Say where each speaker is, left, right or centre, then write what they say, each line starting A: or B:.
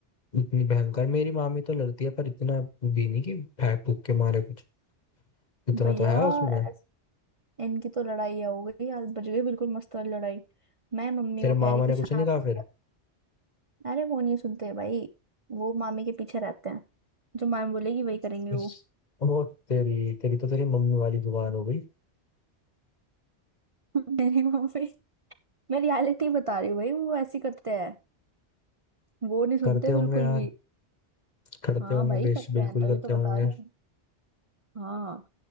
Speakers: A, on the left; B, on the right.
A: इतनी भयंकर मेरी मामी तो लड़ती है पर इतना भी नहीं कि फेंक फूक के मारे कुछ इतना
B: भैया
A: तो है उसमें
B: ऐस- इनकी तो लड़ाई हो गई आज बज गई बिल्कुल मस्त वाली लड़ाई मैं मम्मी
A: तेरे
B: को कह
A: मामा
B: रही कि
A: ने
B: शांत
A: कुछ नहीं कहा
B: रहो।
A: फिर
B: अरे वो नहीं सुनते भाई वो मामी के पीछे रहते हैं जो मामी बोलेगी वही करेंगे
A: इस-
B: वो
A: वो तेरी तेरी तो तेरी मम्मी वाली जुबान हो गई
B: <laughs> मेरी मम्मी मैं रियलिटी बता रही हूँ भाई वो ऐसे करते हैं वो नहीं सुनते
A: करते होंगे
B: बिल्कुल
A: यार
B: भी
A: करते
B: हाँ
A: होंगे
B: भाई
A: बेश
B: करते
A: बिल्कुल
B: हैं तभी
A: करते
B: तो बता
A: होंगे
B: रही हूँ हाँ